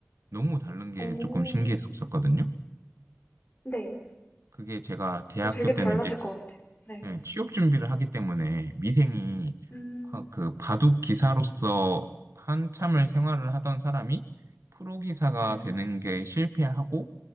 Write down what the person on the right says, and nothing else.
너무 다른 게
조금 신기했었거든요.
그게 제가 대학교
때는
이제
네, 취업 준비를 하기 때문에 미생이
과- 그 바둑 기사로서 한참을 생활을 하던 사람이 프로 기사가
되는 게 실패하고